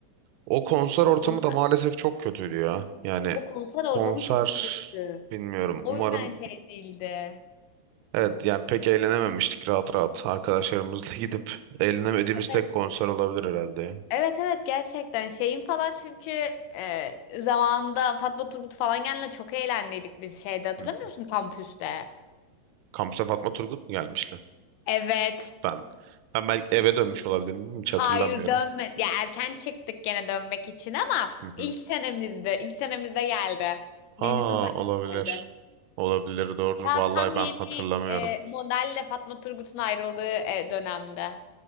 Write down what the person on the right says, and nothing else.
o konser ortamı
da maalesef çok kötüydü ya. Yani
konser
bilmiyorum.
Umarım
evet yani pek eğlenememiştik rahat rahat arkadaşlarımızla <laughs> gidip eğlenemediğimiz tek
konser olabilir herhalde. ya.
Hı.
Kampüse Fatma Turgut mu gelmişti?
Ben ben belki eve dönmüş olabilirim hiç
hatırlamıyorum.
Hı hı.
Aa
olabilir.
Olabilir doğrudur.
Vallahi
ben
hatırlamıyorum.